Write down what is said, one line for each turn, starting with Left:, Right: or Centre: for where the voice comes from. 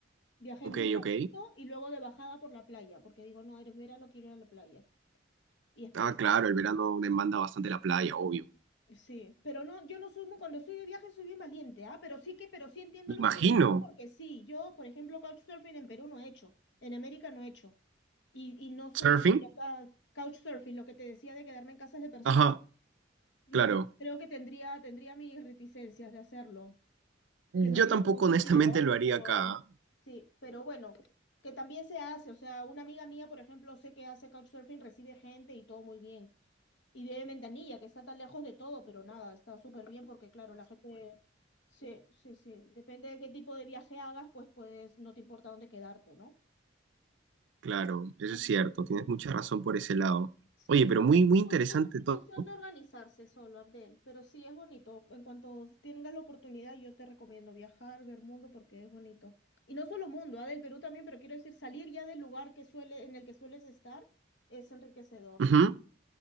Left: Viajé
Right: Ok,
Left: en bus a
Right: ok.
Left: Quito y luego de bajada por la playa, porque digo, no, eres verano, quiero ir a la playa. Y es precioso,
Right: Ah, claro, el verano demanda bastante la playa, obvio.
Left: sí. Pero no, yo no soy muy, cuando estoy de viaje soy bien valiente, ¿ah? Pero sí que, pero sí entiendo
Right: Me
Left: lo
Right: imagino.
Left: que me dices, porque sí, yo, por ejemplo, couchsurfing en Perú no he hecho, en América no he hecho. Y, y no estoy
Right: ¿Surfing?
Left: segura, o sea, couchsurfing, lo que te decía de quedarme en casas de personas,
Right: Ajá,
Left: mm,
Right: claro.
Left: creo que tendría, tendría mis reticencias de hacerlo. que no
Right: Yo
Left: tiene
Right: tampoco
Left: ningún sentido,
Right: honestamente
Left: ah,
Right: lo haría
Left: Pero
Right: acá.
Left: Sí, pero bueno, que también se hace, o sea, una amiga mía, por ejemplo, sé que hace couchsurfing, recibe gente y todo muy bien. Y vive en Ventanilla, que está tan lejos de todo, pero nada, está súper bien porque, claro, la gente... Sí, sí, sí. Depende de qué tipo de viaje hagas, pues puedes, no te importa dónde quedarte, ¿no?
Right: Claro, eso
Left: Así
Right: es cierto,
Left: que
Right: tienes
Left: sí.
Right: mucha razón por ese lado.
Left: Sí,
Right: Oye, pero
Left: bueno,
Right: muy, muy
Left: es
Right: interesante
Left: cuestión, es
Right: todo.
Left: cuestión de organizarse solo, Abdel, pero sí es bonito. En cuanto tengas la oportunidad, yo te recomiendo viajar, ver mundo, porque es bonito. Y no solo mundo, ah, del Perú también, pero quiero decir, salir ya del lugar que suele, en el que sueles estar es enriquecedor.
Right: Ujú.